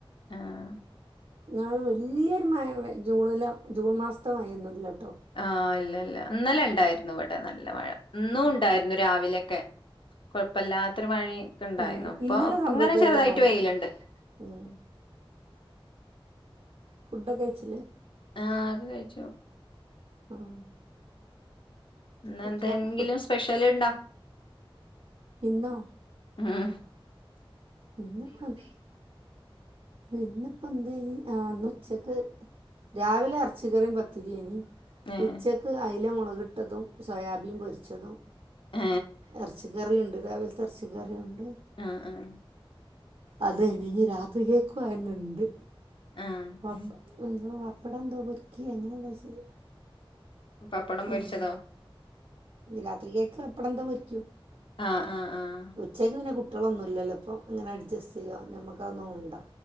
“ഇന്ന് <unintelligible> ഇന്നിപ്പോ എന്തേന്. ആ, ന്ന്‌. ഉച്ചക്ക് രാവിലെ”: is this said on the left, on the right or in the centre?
Right